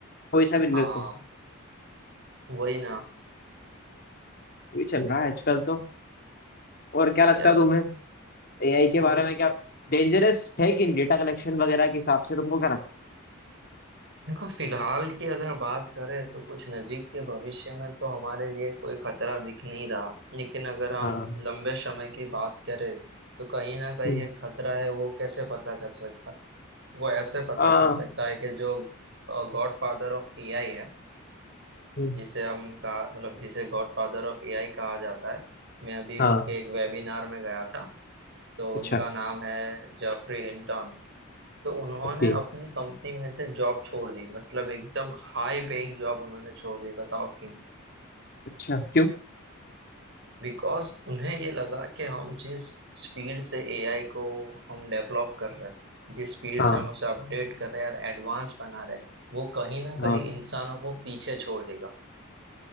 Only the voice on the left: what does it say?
कोई सा भी
ले तो
वही चल रहा है आजकल तो और
क्या लगता
है तुम्हें एआई के बारे में क्या डेंजरस है कि डेटा कलेक्शन वगैरह के हिसाब से तुमको क्या लगता
है हाँ
हम्म,
हाँ
हम्म,
हाँ
अच्छा
ओके
अच्छा क्यों
हाँ
हाँ